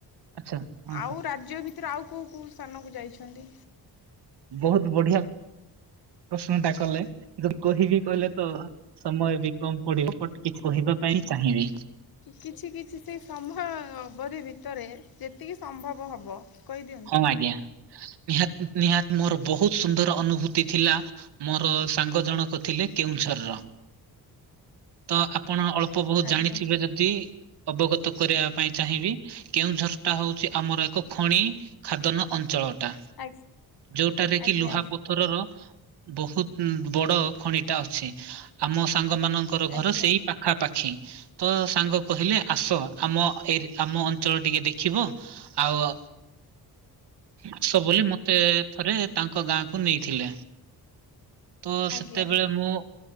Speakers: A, on the right; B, on the left.
A: ଆଚ୍ଛା ହଁ
B: ଆଉ
A: ହଁ
B: ରାଜ୍ୟ ଭିତରେ ଆଉ କୋଉ କୋଉ ସ୍ଥାନକୁ ଯାଇଛନ୍ତି।
A: ବହୁତ ବଢିଆ ପ୍ରଶ୍ନ ଟା କଲେ କି କହିିବି କହିଲେ ତ ସମୟ ବି କମ ପଡିବ ବଟ କିଛି କହିବା ପାଇଁ ଚାହିଁବି।
B: କିଛି କିଛି ସେଇ ସମୟ ଅବଧି ଭିତରେ ଯେତିକି ସମ୍ଭବ ହବ କହିଦିଅ।
A: ହଁ ଆଜ୍ଞା ନିହାତ୍ ନିହାତ୍ ମୋର ବହୁତ ସୁନ୍ଦର ଅନୁଭୂତି ଥିଲା। ମୋର ସାଙ୍ଗ ଜଣକ ଥିଲେ କେଉଁଝରର ତ ଆପଣ ଅଳ୍ପ ପ ବହୁତ
B: ଆଜ୍ଞା
A: ଜାଣିଥିବେ ଯଦି ଅବଗତ କରେଇବା ପାଇଁ ଚାହିଁବି କେଉଁଝର ଟା ହଉଛି ଆମର ଏକ ଖଣି ଖାଦନ ଅଞ୍ଚଳ। ଟା
B: ଆ
A: ଯୋଉଟାରେ
B: ଆଜ୍ଞା
A: କି ଲୁହା ପଥରର ବହୁତ ବଡ ଖଣି ଟା ଅଛି ଆମ ସାଙ୍ଗ ମାନଙ୍କର ଘର
B: ଆଜ୍ଞା।
A: ସେଇ ପା ପାଖାପାଖି। ତ ସାଙ୍ଗ କହିଲେ ଆସ ଆମ ଏ ଆମ ଅଞ୍ଚଳ ଟିକେ ଦେଖିବ ଆଉ ଆସ ବୋଲି ମତେ ଥରେ ତାଙ୍କ ଗାଁକୁ ନେଇଥିଲେ। ତ ସେତେବେଳେ
B: ଆଜ୍ଞା
A: ମୁଁ